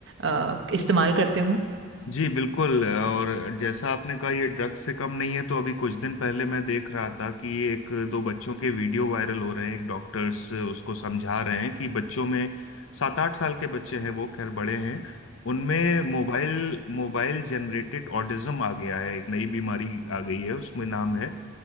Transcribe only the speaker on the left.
जी बिल्कुल और जैसा आपने कहा ये ड्रग्स से कम नहीं है तो अभी कुछ दिन पहले मैं देख रहा था कि एक दो बच्चों के वीडियो वायरल हो रहे हैं एक डॉक्टर्स उसको समझा रहे हैं कि बच्चों में सात आठ साल के बच्चे हैं वो खैर बड़े हैं उनमें मोबाइल मोबाइल जनरेटेड ऑटिज्म आ गया है एक नई बीमारी आ गई है उसमें नाम है